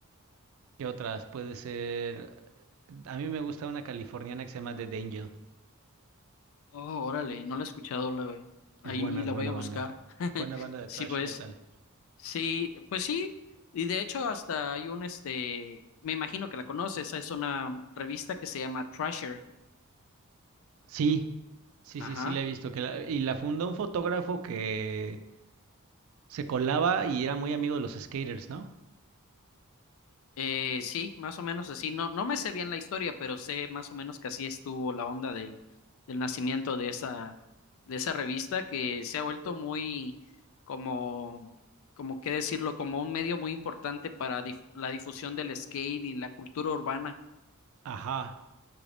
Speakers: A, on the right (about 65°); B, on the left (about 65°).
A: ¿qué otras? Puede ser, a mí me gusta una californiana que se llama The Angel,
B: Oh, órale, no la he escuchado, la ve- ahí
A: es buena, es
B: la
A: buena
B: voy a buscar.
A: banda,
B: <laughs>
A: buena banda de thrash
B: Sí, pues,
A: metal.
B: sí, pues sí, y de hecho hasta hay un, este, me imagino que la conoces, es una revista que se llama Thrasher.
A: Sí, sí,
B: Ajá.
A: sí, sí la he visto, que la- y la fundó un fotógrafo que se colaba y era muy amigo de los skaters, ¿no?
B: Eh, sí, más o menos así. No, no me sé bien la historia, pero sé más o menos que así estuvo la onda del, del nacimiento de esa, de esa revista que se ha vuelto muy, como, como qué decirlo, como un medio muy importante para dif- la difusión del skate y la cultura urbana.
A: Ajá,